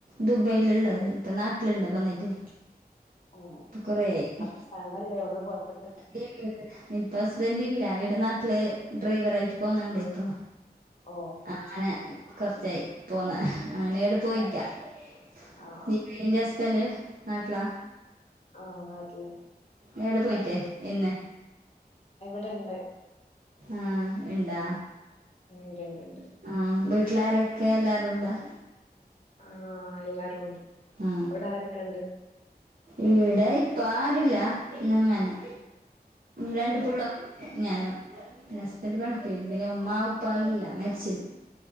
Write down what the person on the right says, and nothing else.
ദുബൈയിലുള്ളതാ ഇപ്പൊ നാട്ടിലുണ്ട് വന്നിട്ട്
ഇപ്പം കുറേ ആയി
<unintelligible> ഇപ്പൊ ഹസ്ബൻഡ് ഇല്ല ഇവിടെ നാട്ടില് ഡ്രൈവർ ആയിട്ട് പോന്ന്ണ്ട് ഇപ്പൊ
ആണ്‌ കൊറച്ചായി പൊന്ന് അങ്ങനെ ഇങ്ങട് പോയിക്കാ ആഹ്
പി <unintelligible> ഹസ്ബൻഡ് നാട്ടിലാ
എവിടെ പോയിറ്റേ ഇന്ന്..
ആഹ ഇണ്ടാ.
ആഹ് വീട്ടിലാരൊക്കെ എല്ലാരുണ്ടോ.
ആ
ഇവിടെ ഇപ അരില്ല ഞങ്ങനെ. രണ്ട്
പിള്ളഎം.. ഞാനും ഹസ്ബൻഡ് പണക്ക്ന്നു പിന്നെ ഉമ്മാ ഉപ്പ ഇല്ല മെരിച്ചന്.